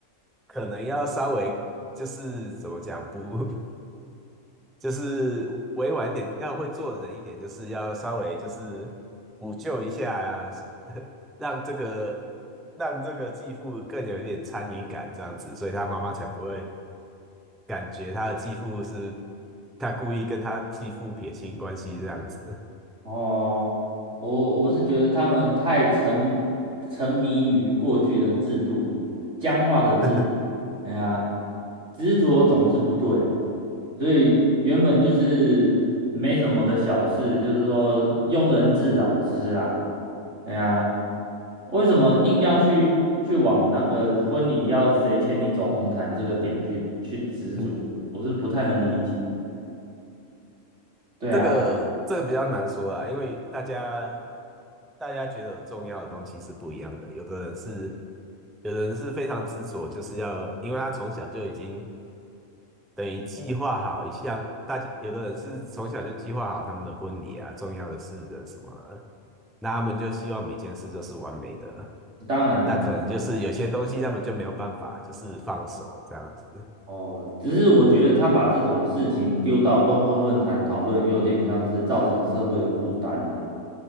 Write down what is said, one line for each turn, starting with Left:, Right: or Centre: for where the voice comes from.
Centre: 可能要稍微就是怎么讲不 <laughs> 就是委婉一点，要会做人一点，就是要稍微就是补救一下啊，<laughs> 让这个让这个继父更有一点参与感这样子，所以他妈妈才不会。感觉他的继父是他故意跟他继父撇清关系这样子。
Right: 哦，我我是觉得他们太沉沉迷于过去的制度，僵化的制度，
Centre: <laughs>
Right: 哎呀，执着总是不对啦。所以原本就是没什么的小事，就是说庸人自扰之啦，哎呀。为什么硬要去去往那个婚礼要谁牵你走红毯这个点去去执着？
Centre: 嗯，嗯
Right: 我是不太能理解。对啊，
Centre: 这个这个比较难说啊，因为大家大家觉得重要的东西是不一样的，有的人是有的人是非常执着，就是要，因为他从小就已经等于计划好一下，大家有的人是从小就计划好他们的婚礼啊、重要的事的什么的那他们就希望每件事都是完美的，
Right: 当然了，
Centre: 那可能就是有些东西他们就没有办法，就是放手这样子。
Right: 哦，只是我觉得他把这种事情丢到公共论坛讨论，有点像是造成社会的负担了。